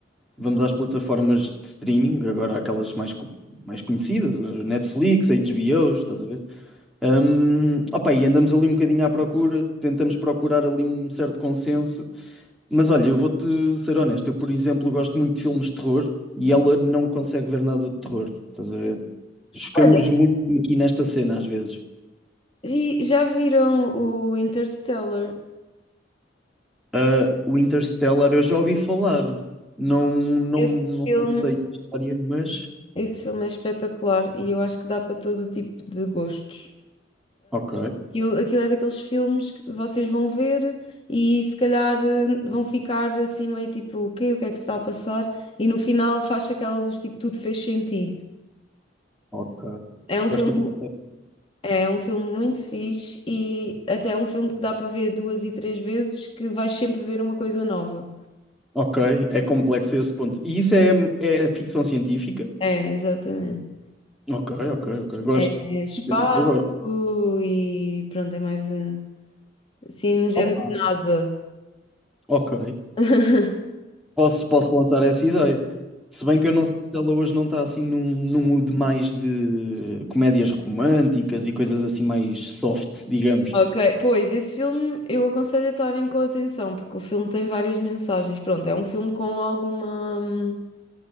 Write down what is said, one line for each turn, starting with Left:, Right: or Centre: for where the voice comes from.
Centre: vamos às plataformas de streaming, agora aquelas mais, co- mais conhecidas, a Netflix, a HBO, estás a ver? Hum, opá, e andamos ali um bocadinho à procura, tentamos procurar ali um certo consenso Mas olha, eu vou-te ser honesto. Eu, por exemplo, gosto muito de filmes de terror e ela não consegue ver nada de terror. Estás a ver? Chocamos
Left: Olha,
Centre: muito aqui nesta cena, às vezes.
Left: e já viram o Interstellar?
Centre: Ah, o Interstellar, eu já ouvi falar. Não, não,
Left: Esse
Centre: não
Left: filme,
Centre: sei a história, mas.
Left: esse filme é espetacular e eu acho que dá para todo o tipo de gostos.
Centre: Ok,
Left: Aquilo, aquilo é daqueles filmes que vocês vão ver e se calhar eh, vão ficar assim meio tipo, o quê? O que é que se está a passar? E no final faz aquela luz, tipo, tudo fez sentido.
Centre: ok.
Left: É um
Centre: Gosto
Left: filme,
Centre: do conceito.
Left: é um filme muito fixe e até é um filme que dá para ver duas e três vezes que vais sempre ver uma coisa nova.
Centre: Ok, é complexo a esse ponto. E isso é, é ficção científica?
Left: É, exatamente.
Centre: Ok, ok, ok. Gosto.
Left: É espaço
Centre: Eu gosto.
Left: e pronto, é mais eh, assim um género
Centre: Opa,
Left: de NASA.
Centre: ok.
Left: <laughs>
Centre: Posso, posso lançar essa ideia. Se bem que eu não sei se ela hoje não está assim num, num mood mais de comédias românticas e coisas assim mais soft, digamos.
Left: Ok, pois esse filme eu aconselho a estarem com atenção, porque o filme tem várias mensagens. Pronto, é um filme com alguma. hum,